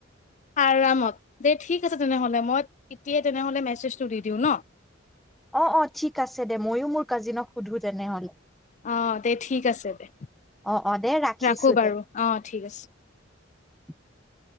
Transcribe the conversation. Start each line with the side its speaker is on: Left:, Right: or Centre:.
Left: আৰামত দেই ঠিক আছে তেনেহ'লে মই এতিয়াই তেনেহ'লে মেছেজটো দি দিওঁ ন।
Centre: অ অ ঠিক দে মইও মোৰ কাজিনক সুধো তেনেহলে।
Left: অ দে ঠিক আছে দে
Centre: অ অ দে ৰাখিছো
Left: ৰাখো বাৰু
Centre: দে
Left: অ ঠিক আছে।
Centre: <unintelligible>